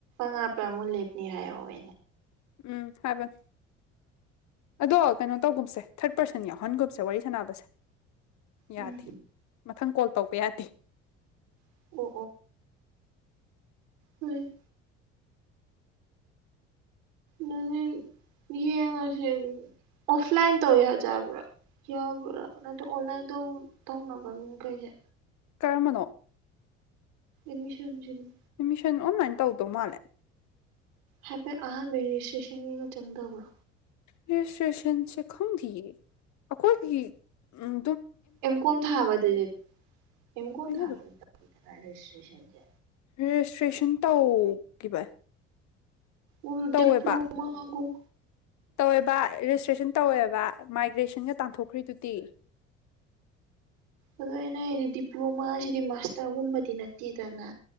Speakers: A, on the right; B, on the left.
A: ꯉꯥ ꯄꯪ ꯑꯃꯨꯛ ꯂꯦꯞꯅꯤ ꯍꯥꯏꯍꯧꯋꯦ
B: ꯎꯝ ꯍꯥꯏꯕꯟ ꯑꯗꯣ ꯀꯩꯅꯣ ꯇꯧꯒꯨꯝꯁꯦ ꯊꯔꯠ ꯄꯥꯔꯁꯟ ꯌꯥꯎꯍꯟꯒꯨꯝꯁꯦ ꯋꯥꯔꯤ ꯁꯥꯟꯅꯕꯁꯦ ꯌꯥꯗꯦ
A: ꯎꯝ
B: ꯃꯊꯪ ꯀꯣꯜ ꯇꯧꯕ ꯌꯥꯗꯦ
A: ꯑꯣ ꯍꫭꯏ ꯅꯨꯡꯗꯤꯟ ꯌꯦꯡꯉꯁꯦ ꯑꯣꯐ ꯂꯥꯏꯟ ꯇꯧ ꯌꯥꯖꯕ꯭ꯔ ꯌꯥꯕ꯭ꯔ ꯅꯠꯇ꯭ꯔ ꯑꯣꯟꯂꯥꯏꯟꯗꯧ ꯇꯧꯅꯕ꯭ꯔ ꯃꯤꯈꯩꯁꯦ
B: ꯀꯔꯝꯕꯅꯣ
A: ꯃꯤꯁꯟ ꯁꯤꯕꫭ
B: ꯑꯦꯃꯤꯁꯟ ꯑꯣꯟꯂꯥꯏꯟ ꯇꯧꯗꯧ ꯃꯥꯜꯂꯦ
A: ꯍꯥꯏꯐꯦꯠ ꯑꯍꯥꯟꯕꯩ <unintelligible> ꯒ ꯆꯪꯗꯕ꯭ꯔꯣ
B: ꯔꯦꯖꯤꯁꯇ꯭ꯔꯦꯁꯟꯁꯦ ꯈꯪꯗꯤꯌꯦ ꯑꯩꯈꯣꯏꯒꯤ ꯎꯝ
A: ꯑꯦꯝ ꯀꫭꯝ ꯊꯥꯕꯗꯗꯤ ꯑꯦꯝ
B: ꯑꯗꯨꯃꯥꯏꯅ
A: ꯀꫭꯝ ꯊꯥꯕꯗꯗꯤ
B: ꯑꯗꯨꯝ
A: ꯆꯪꯗꯕ꯭ꯔ ꯔꯦꯖꯤꯁꯇ꯭ꯔꯦꯁꯟꯖꯦ
B: ꯔꯦꯖꯤꯁꯇ꯭ꯔꯦꯁꯟ ꯇꯧꯈꯤꯕ
A: ꯎꯜ
B: ꯇꯧꯋꯦꯕ
A: ꯗꯤꯞ꯭ꯂꯣꯃꯥ ꯒꯨꯝ
B: ꯇꯧꯋꯦꯕ ꯔꯦꯖꯤꯁꯇ꯭ꯔꯦꯁꯟ ꯇꯧꯋꯦꯕ ꯃꯥꯏꯒ꯭ꯔꯦꯁꯟꯒ ꯇꯥꯟꯊꯣꯛꯈ꯭ꯔꯤꯗꯨꯗꯤ <inaudible>
A: ꯑꯗꯨ ꯑꯩꯅ ꯍꯥꯏꯗꯤ ꯗꯤꯄ꯭ꯂꯣꯃꯥꯁꯤꯗꯤ ꯃꯥꯁꯇꯔꯒꯨꯝꯕꯗꯤ ꯅꯠꯇꯦꯗꯅ